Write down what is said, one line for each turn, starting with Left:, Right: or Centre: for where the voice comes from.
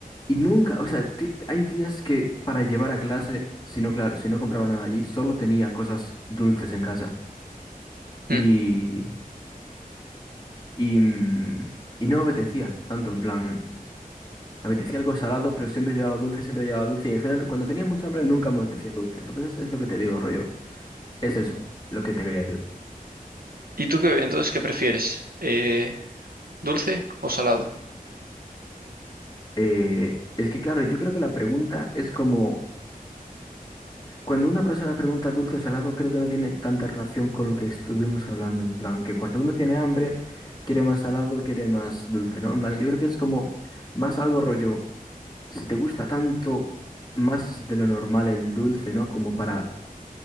Left: y nunca, o sea, ti- hay días que para llevar a clase, si no, claro, si no compraba nada allí, solo tenía cosas dulces en casa.
Right: Mm.
Left: Y, y, mm, y no apetecía tanto, en plan, me apetecía algo salado, pero siempre llevaba dulce, siempre llevaba dulce, y al final, cuando tenía mucha hambre, nunca me apetecía dulce. Entonces, es lo que te digo, rollo. Es eso lo que te quería decir.
Right: ¿Y tú qué, entonces qué prefieres? Eh, ¿dulce o salado?
Left: Eh, es que, claro, yo creo que la pregunta es como, cuando una persona pregunta dulce o salado, creo que no tiene tanta relación con lo que estuvimos hablando, en plan, que cuando uno tiene hambre, quiere más salado, quiere más dulce, ¿no? En plan, yo creo que es como más algo rollo, si te gusta tanto más de lo normal el dulce, ¿no? Como para